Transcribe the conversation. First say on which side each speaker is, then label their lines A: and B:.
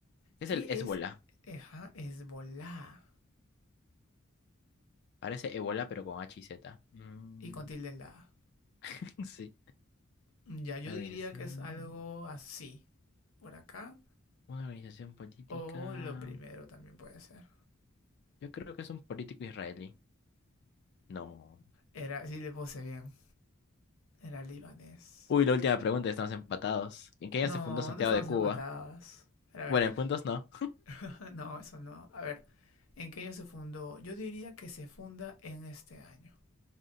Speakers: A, on the left; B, on the left.
A: ¿Qué
B: ¿qué
A: es el Ébola?
B: es Eja, Hezbollah?
A: Parece Ébola, pero con H y Z. Mm,
B: Y con tilde en la A.
A: <laughs> Sí.
B: Ya, yo
A: La
B: diría
A: organización.
B: que es algo así. Por acá.
A: Una organización política.
B: O lo primero también puede ser.
A: Yo creo que es un político israelí. No.
B: Era, sí le puse bien. Era libanés.
A: Uy, la última pregunta, estamos empatados. ¿En qué
B: No,
A: año se fundó Santiago
B: no estamos
A: de Cuba?
B: empatadas. A ver,
A: Bueno, en puntos no.
B: <laughs> no, eso no. A ver, ¿en qué año se fundó? Yo diría que se funda en este año.